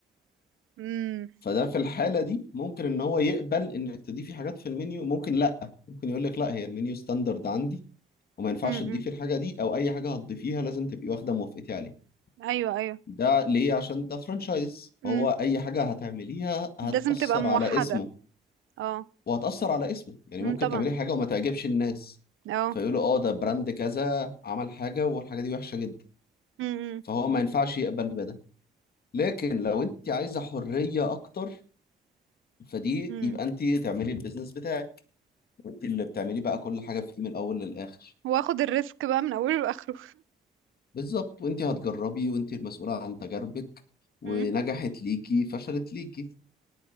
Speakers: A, on the right; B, on the left.
A: امم
B: فده في الحاله دي ممكن ان هو يقبل انك تضيفي حاجات في المنيو ممكن لا ممكن يقول لك لا هي المنيو ستاندرد عندي وما ينفعش
A: امم
B: تضيفي الحاجة دي أو أي حاجة هتضيفيها لازم تبقي واخدة موافقتي عليه
A: ايوه ايوه
B: ده ليه عشان ده فرانشايز
A: امم
B: فهو أي حاجة هتعمليها هتأثر
A: لازم تبقى موحدة
B: على اسمه
A: اه
B: وهتأثر على اسمه يعني
A: امم
B: ممكن
A: طبعا
B: تعملي حاجة وما تعجبش الناس
A: اه
B: فيقولوا اه ده براند كذا عمل حاجة والحاجة دي وحشة جدا
A: امم
B: فهو ما ينفعش يقبل بده لكن لو انت عايزة حرية أكتر فدي
A: امم
B: يبقى انت تعملي البيزنس بتاعك وانت اللي بتعملي بقى كل حاجة فيه من الأول للآخر
A: واخد الريسك بقى من اوله لاخره
B: بالظبط وانت هتجربي وانت المسؤولة عن تجاربك ونجحت
A: <laughs>
B: ليكي فشلت ليكي